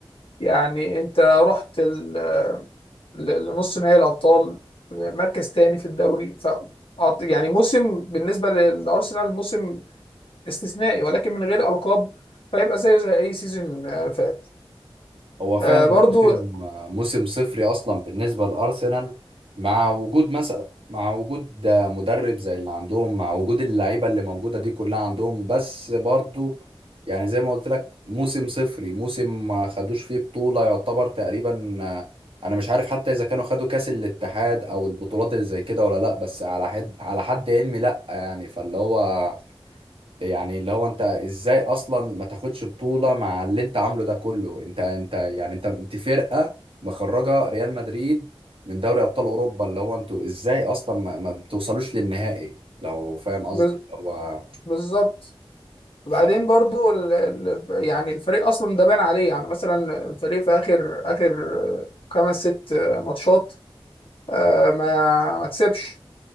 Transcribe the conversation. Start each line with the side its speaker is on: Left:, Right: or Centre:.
Left: يعني أنت رحت ال- ل- لنص نهائي الأبطال مركز تاني في الدوري ف أعت- يعني موسم بالنسبة للأرسنال موسم استثنائي ولكن من غير ألقاب فيبقى زيه زي أي سيزون آه، فات
Right: هو فعلا
Left: آه، برضو
Right: موسم موسم صفري اصلا بالنسبه لارسنال مع وجود مثلا مع وجود مدرب زي اللي عندهم مع وجود اللعيبه اللي موجوده دي كلها عندهم بس برضو يعني زي ما قلت لك موسم صفري موسم ما خدوش فيه بطوله يعتبر تقريبا انا مش عارف حتى اذا كانوا خدوا كاس الاتحاد او البطولات اللي زي كده ولا لا بس على حد على حد علمي لا يعني فاللي هو يعني اللي هو انت ازاي اصلا ما تاخدش بطولة مع اللي انت عامله ده كله انت انت يعني انت انت فرقة مخرجة ريال مدريد من دوري ابطال اوروبا اللي هو انتوا ازاي اصلا ما, ما بتوصلوش للنهائي لو فاهم قصدي
Left: بز-
Right: هو
Left: بالظبط وبعدين
Right: ف
Left: برضو ال- ال- يعني الفريق أصلا ده بان عليه يعني مثلا الفريق في آخر آخر خمس ست آه، ماتشات آه، ما ما كسبش